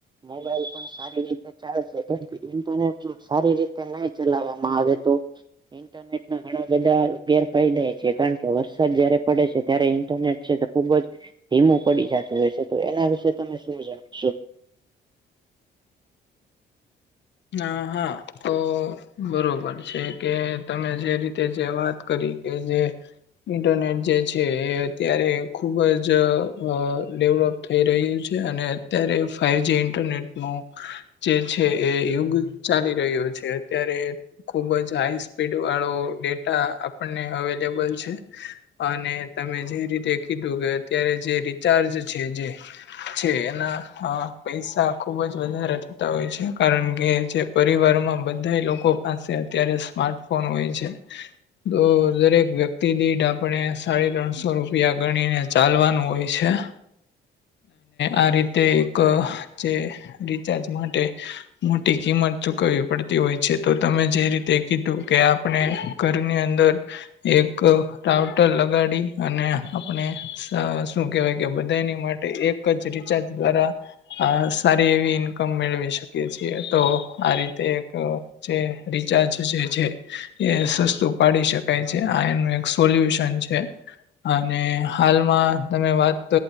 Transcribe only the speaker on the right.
મોબાઈલ પણ સારી રીતે ચાલશે કેમ કે ઇન્ટરનેટ જો સારી રીતે નહી ચલાવા. મારે તો ઇન્ટરનેટ ઘણા બધા ગેરફાયદા એ છે કારણ કે વરસાદ જયારે પડે છે ત્યારે ઇન્ટરનેટ છે તો ખુબ જ ધીમો પડી જતું હોય છે. તો એના વિશે તમે શું જણાવશો?
<unintelligible>